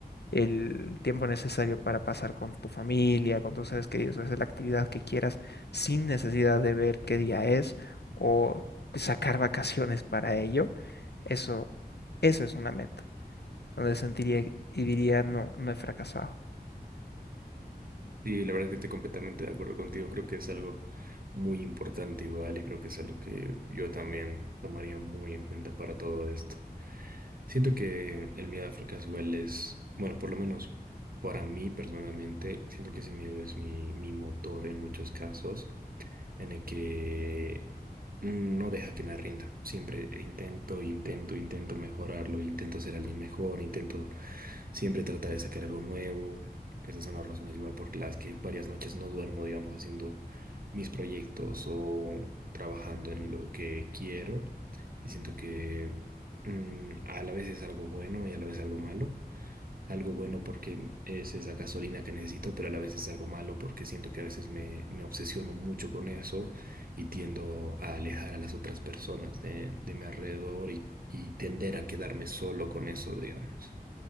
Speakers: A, on the left; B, on the right.
A: el tiempo necesario para pasar con tu familia, con tus seres queridos, hacer la actividad que quieras sin necesidad de ver qué día es o sacar vacaciones para ello, eso, eso es una meta, donde sentiría y diría no, no he fracasado.
B: Sí, la verdad es que estoy completamente de acuerdo contigo. Creo que es algo muy importante igual y creo que es algo que yo también tomaría muy en cuenta para todo esto. Siento que el miedo al fracaso igual es, bueno, por lo menos para mí personalmente, siento que ese miedo es mi, mi motor en muchos casos, en el que mm, no deja que me rinda. Siempre intento, intento, intento mejorarlo, intento ser alguien mejor, intento siempre tratar de sacar algo nuevo. Esas son las razones igual por las que varias noches no duermo, digamos, haciendo mis proyectos o trabajando en lo que quiero. Y siento que mm, a la vez es algo bueno y a la vez algo malo. Algo bueno porque es esa gasolina que necesito, pero a la vez es algo malo porque siento que a veces me, me obsesiono mucho con eso y tiendo a alejar a las otras personas de, de mi alrededor y, y tender a quedarme solo con eso, digamos.